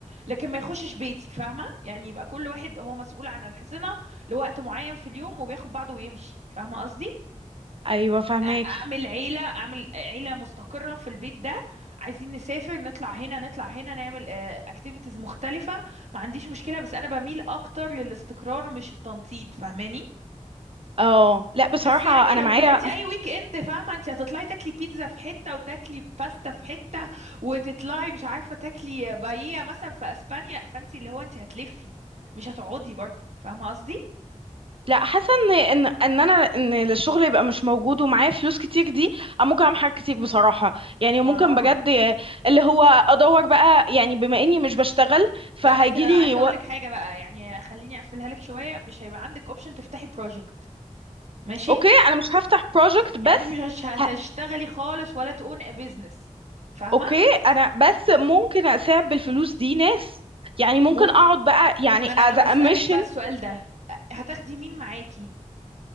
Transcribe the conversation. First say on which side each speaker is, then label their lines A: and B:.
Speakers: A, on the right; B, on the right.
A: لكن ما يخشش بيتي فاهمه يعني يبقى كل واحد هو مسؤول عن الحصانه لوقت معين في اليوم وبياخد بعضه ويمشي فاهمه قصدي
B: ايوه فهماكي
A: أ- اعمل عيله اعمل عيله مستقره في البيت ده عايزين نسافر نطلع هنا نطلع هنا نعمل اكتيفيتيز مختلفه ما عنديش مشكله بس انا بميل اكتر للاستقرار مش التنطيط فاهماني
B: اه لا بصراحه
A: بس يعني
B: انا
A: لو
B: معايا
A: طلعتي اي ويك اند فاهمه انت هتطلعي تاكلي بيتزا في حته وتاكلي باستا في حته وتطلعي مش عارفه تاكلي بايية مثلا في اسبانيا فانت اللي هو انت هتلفي مش هتقعدي برضو فاهمه قصدي
B: لا حاسه ان ان ان انا ان الشغل يبقى مش موجود ومعايا فلوس كتير دي أنا ممكن اعمل حاجات كتير بصراحه يعني
A: اه
B: ممكن بجد اللي هو ادور بقى يعني بما اني مش بشتغل فهيجيلي
A: لا بس عايزه
B: و...
A: اقول لك حاجه بقى يعني خليني اقفلها لك شويه مش هيبقى عندك اوبشن تفتحي بروجكت ماشي
B: اوكي انا مش هفتح بروجكت بس
A: يعني انت مش هتشتغلي
B: ه...
A: خالص ولا تقون بيزنس فاهمه
B: اوكي انا بس ممكن اساعد بالفلوس دي ناس يعني ممكن
A: ممكن
B: اقعد بقى يعني
A: ما انا
B: as a
A: هسألك
B: mission
A: بقى السؤال ده هتاخدي مين معاكي